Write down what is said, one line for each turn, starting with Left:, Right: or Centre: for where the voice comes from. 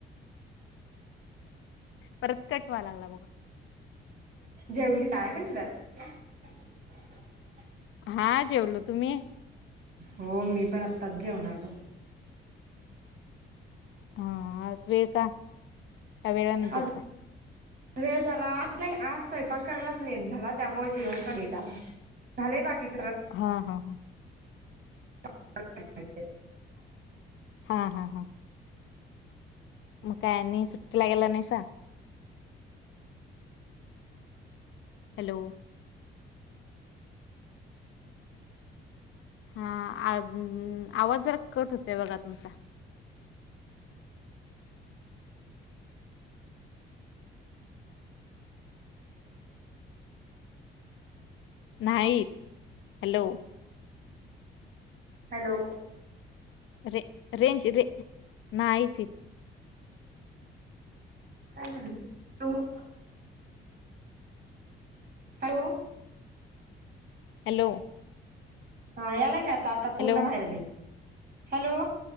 Left: परत कट व्हा लागला बघ...
Right: जेवलीस काय म्हंटलं? <inaudible>
Left: हां जेवलो तुम्ही?
Right: हो मी पण आत्ताच जेवणार बघ...
Left: हां आज वेळ का? का वेळानेच
Right: आज
Left: जेवता?
Right: वेळ झाला आत नाही आज स्वयंपाक करायलाच लेट झाला त्यामुळे जेवण पण लेट आज झालय बाकीच
Left: हां हां हां
Right: <unintelligible>
Left: हां हां हां म काय आणि सुट्टीला गेला नाहीसा? हॅलो हां आद गं गं आवाज जरा कट होतोय बघा तुमचा नाहीत हॅलो
Right: हॅलो
Left: रे रेंज रे नाहीच इत
Right: काय झालं ग? हॅलो
Left: हॅलो
Right: हा यायला का... आता पूर्ण
Left: हॅलो
Right: बाहेर आले... हॅलो